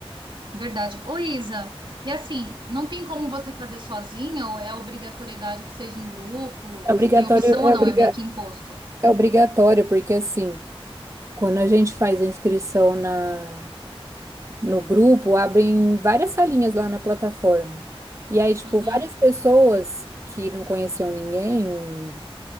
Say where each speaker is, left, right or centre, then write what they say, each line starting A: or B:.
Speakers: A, on the right (about 50°); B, on the right (about 30°).
A: verdade. Ô, Isa, e assim, não tem como você fazer sozinha ou é obrigatoriedade que seja em grupo?
B: É
A: Você
B: obrigatório,
A: tem opção
B: é
A: ou não?
B: obriga,
A: É meio que imposto.
B: é obrigatório, porque assim. Quando a gente faz a inscrição na, no grupo, abrem várias salinhas lá na plataforma. E aí, tipo,
A: Uhum,
B: várias pessoas que não conheciam ninguém